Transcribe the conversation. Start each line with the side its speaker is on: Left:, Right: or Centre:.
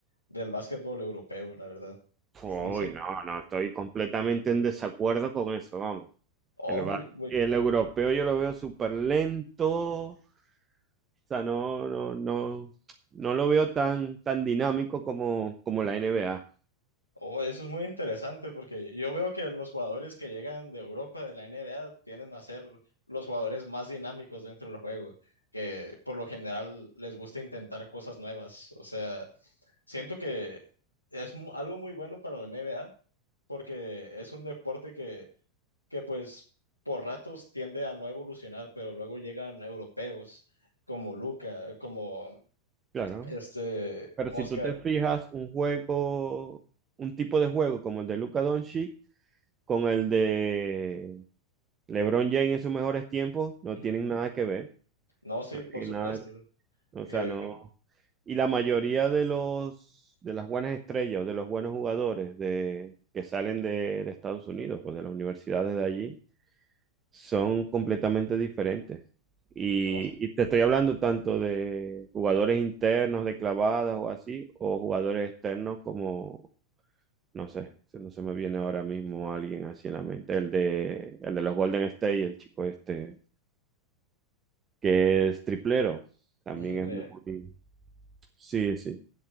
Left: del básquetbol europeo, la verdad.
Right: Uy,
Left: Dicen,
Right: no, no, estoy completamente en desacuerdo con eso, vamos.
Left: oh,
Right: El, ba-
Left: muy,
Right: el europeo yo lo veo súper lento, o sea, no, no, no, no lo veo tan, tan dinámico como, como la NBA.
Left: Oh, eso es muy interesante porque yo veo que los jugadores que llegan de Europa, de la NBA, tienden a ser los jugadores más dinámicos dentro del juego, que por lo general les gusta intentar cosas nuevas. O sea, siento que es mu- algo muy bueno para la NBA porque es un deporte que, que pues por ratos tiende a no evolucionar, pero luego llegan europeos como Luca, como
Right: Claro.
Left: este
Right: Pero
Left: Oscar.
Right: si tú te fijas un juego, un tipo de juego como el de Luka Doncic, con el de LeBron James en sus mejores tiempos no
Left: Ujú.
Right: tienen nada que ver,
Left: No, sí,
Right: no
Left: por
Right: tienen
Left: supuesto.
Right: nada, o
Left: Que-
Right: sea, no. Y la mayoría de los de las buenas estrellas o de los buenos jugadores de, que salen de, de Estados Unidos o de las universidades de allí son completamente diferentes. Y,
Left: no,
Right: y te estoy hablando tanto de jugadores internos de clavadas o así, o jugadores externos como, no sé, se- no se me viene ahora mismo alguien así en la mente, el de, el de los Golden State, el chico este. que es triplero. También
Left: ujú,
Right: es
Left: eh,
Right: muy... Sí, sí.